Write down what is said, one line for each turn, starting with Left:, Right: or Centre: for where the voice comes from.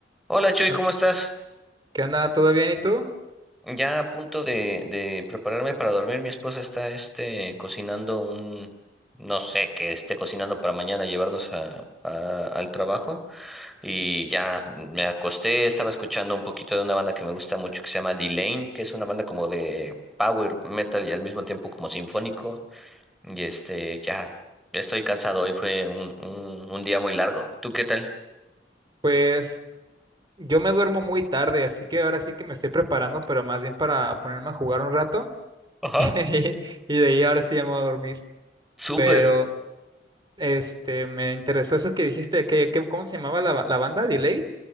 Centre: Hola Chuy,
Right: Hol-
Centre: ¿cómo estás?
Right: ¿Qué onda? ¿Todo bien? ¿Y tú?
Centre: Ya a punto de, de prepararme para dormir. Mi esposa está este, cocinando un, no sé, que esté cocinando para mañana llevarnos a, a- al trabajo. Y ya me acosté, estaba escuchando un poquito de una banda que me gusta mucho que se llama D-Lane, que es una banda como de power metal y al mismo tiempo como sinfónico. Y este, ya estoy cansado, hoy fue un, un, un día muy largo. ¿Tú qué tal?
Right: Pues yo me duermo muy tarde, así que ahora sí que me estoy preparando, pero más bien para ponerme a jugar un rato.
Centre: Ajá.
Right: <laughs> Y de ahí ahora sí ya me voy a dormir.
Centre: Súper.
Right: Pero este, me interesó eso que dijiste, que, que- ¿cómo se llamaba la, la banda? Delay,